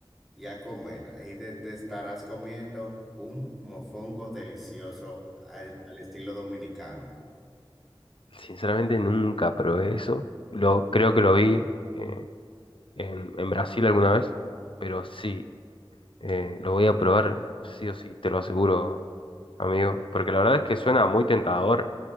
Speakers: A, in the centre; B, on the left (about 70°).
A: y a comer. Ahí te, te estarás comiendo un mofongo delicioso al, al estilo dominicano,
B: Sinceramente nunca probé eso. Lo, creo que lo vi eh, en, en Brasil alguna vez, pero sí, eh, lo voy a probar, sí o sí, te lo aseguro, amigo, porque la verdad es que suena muy tentador